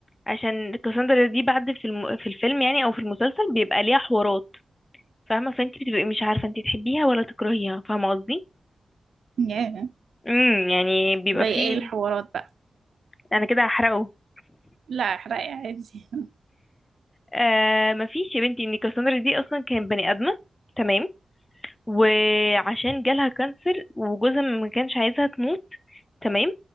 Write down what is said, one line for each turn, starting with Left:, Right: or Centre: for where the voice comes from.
Left: عشان كاساندرا دي بعد في الم... في الفيلم يعني او في المسلسل بيبقى ليها حوارات فاهمة فانت بتبقي مش عارفة انت تحبيها ولا تكرهيها فاهمة قصدي
Right: ياه
Left: امم يعني بيبقى
Right: زي
Left: فيه
Right: ايه الحوارات بقى
Left: انا كده هحرقه <laughs>
Right: لا احرقي عادي
Left: آه مفيش يا بنتي ان كاساندرا دي اصلا كانت بني ادمة تمام وعشان جالها كانسر وجوزها ما كانش عايزها تموت تمام